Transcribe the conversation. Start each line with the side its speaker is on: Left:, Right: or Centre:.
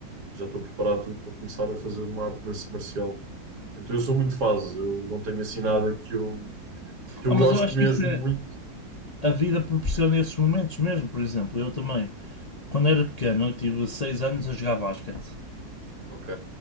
Right: já estou preparado tudo para começar a fazer uma arte mar- marcial. Então eu sou muito fase, eu não tenho assim nada
Left: Yeah.
Right: que eu, que eu
Left: Ah, mas
Right: gosto
Left: eu acho
Right: mesmo
Left: que isso é.
Right: muito.
Left: A vida proporciona esses momentos mesmo, por exemplo, eu também. Quando era pequeno, eu tive 6 anos a jogar basquete.
Right: Ok,